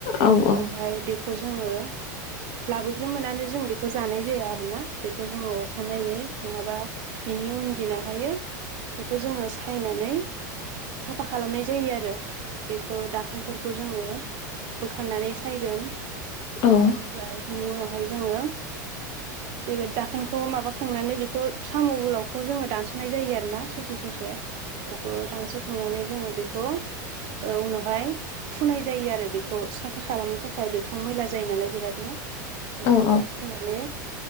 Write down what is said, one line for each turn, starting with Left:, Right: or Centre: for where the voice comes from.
Left: औ औ
Right: ओमफ्राय बेखौ जोङो लाबोग्रोमोननानै जों बेखौ जानाय जाया आरोना बेखौ जोङो अखानायै नङाबा बिनि उनदिनाहायो बेखौ जोङो सायनानै साफा खालामनाय जायो आरो बेखौ दाखोनफोरखौ जोङो बोखारनानै सायगोन
Left: औ ओं
Right: ओमफ्राय बिनि उनावहाय जोङो बे दाखोनखौ माबाखांनानै बेखौ साम' गोलावखौ जोङो दान्स सनाय जायो आरोना ससे ससे बेखौ दानस'खांनानै जों बेखौ उनावहाय फुनाय जायो आरो बेखौ साफा खालामनो थाखाय बे खौ मैला जायो नालाय बिरादनो बेखौ
Left: ओं
Right: फुनानै